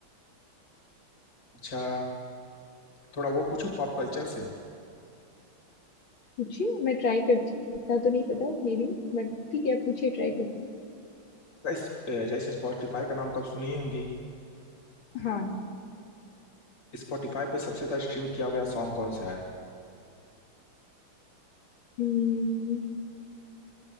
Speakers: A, on the left; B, on the left.
A: अच्छा थोड़ा वो पूछूं पॉप कल्चर से
B: पूछिए मैं ट्राई करती हूँ इतना तो नहीं पता मे बी, बट ठीक है आप पूछिए ट्राई करती
A: इस, अ, जैसे स्पॉटिफाई का नाम तो आप सुनी ही होंगी
B: हूँ हाँ
A: स्पॉटिफाई पे सबसे ज्यादा स्ट्रीम किया गया सॉन्ग कौन सा है
B: हम्म,